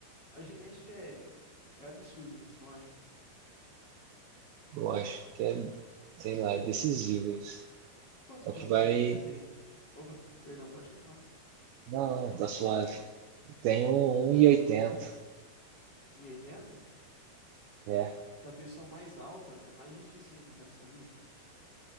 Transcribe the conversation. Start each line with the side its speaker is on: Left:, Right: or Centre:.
Left: A genética é, é absurdo, você não acha?
Right: Eu acho que é, sei lá, é decisivo isso.
Left: Quanto
Right: É
Left: de
Right: o que
Left: altura
Right: vai.
Left: você tem? Opa, perdão, pode continuar.
Right: Não, tá suave. Tenho um um e oitenta
Left: Um 1,80?
Right: É.
Left: Pra pessoa mais alta é mais difícil ainda, cara, sabia?